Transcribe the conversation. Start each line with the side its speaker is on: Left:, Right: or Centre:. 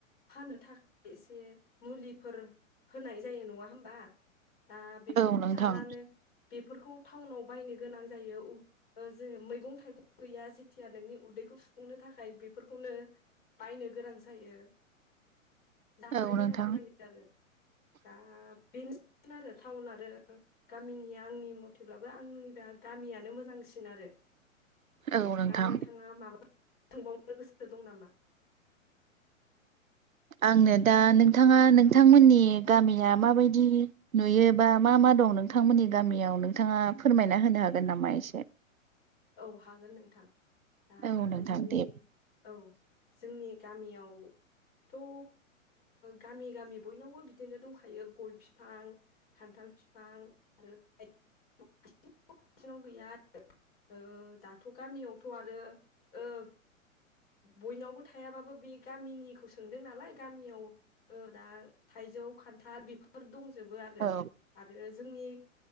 Left: फाननो थाखाय एसे मुलिफोर होनाय जायो नङा होमबा दा बेफोरखौ
Right: औ नोंथां
Left: जानानो बेफोरखौ टाउनाव बायनो गोनां जायो ओ मैगं थायगं गैया जेथिया नोंनि। उदैखौ सुफुंनो थाखाय बेफोरखौनो बायनो गोनां जायो। लानो
Right: औ नोंथां
Left: गोनां जायो आरो दा बेनोसै मोन आरो टाउन आरो गामिनि आंनि मथेब्लाबो आंनि बा गामियानो मोजांसिन आरो
Right: औ नोंथां
Left: दा नोंथाङा माबाफोर सोंबावनो गोसो दं नामा?
Right: आंनो दा नोंथाङा नोंथांमोननि गामिया माबायदि नुयो बा मा मा दं नोंथांमोननि गामियाव नोंथाङा फोरमायना होनो हागोन नामा एसे?
Left: औ हागोन नोंथां दा
Right: औ नोंथां
Left: जोंनि
Right: दे
Left: औ जोंनि गामियाव थ ओ गामि गामि बयनावबो बिदिनो दंखायो गय बिफां खान्थाल बिफां आरो नसे ननैनाव गैया आरो। ओ दाथ गामियावथ आरो ओ बयनावबो थायाबाबो बे गामिनिखौ सोंदों नालाय गामियाव ओ दा थाइजौ खान्थाल बेफोर फोर दंजोबो आरो
Right: औ
Left: आरो जोंनि